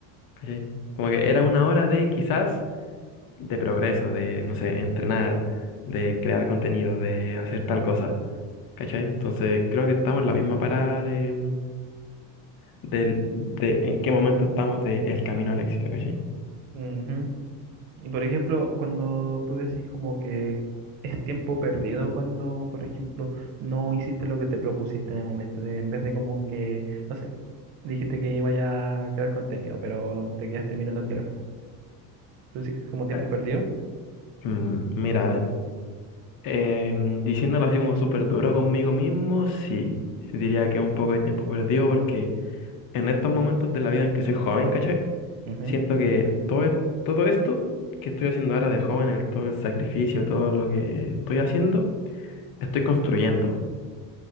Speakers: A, on the left (about 45°); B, on the right (about 70°).
A: ¿cachai? Como que
B: Mm.
A: era una hora de quizás de progreso, de, no sé, entrenar, de crear contenido, de hacer tal cosa. ¿Cachai? Entonces creo que estamos en la misma parada de, del- de en qué momento estamos del camino al éxito. ¿Cachai?
B: Ujú. Y por ejemplo, cuando tú decís como que es tiempo perdido cuando, por ejemplo, no hiciste lo que te propusiste en el momento, de- en vez de como que, no sé, dijiste que iba a crear contenido, pero te quedaste mirando el teléfono. Tú dices que es como tiempo
A: Eh,
B: perdido.
A: mm, Mira, Em, diciéndolo así como súper duro conmigo mismo, sí. Sí Diría que es un poco de tiempo perdido porque en estos momentos de la vida en que soy joven, ¿cachai?
B: Ujú,
A: Siento que todo, es- todo esto que estoy haciendo ahora de joven, el, todo el sacrificio, todo lo que estoy haciendo, estoy construyendo.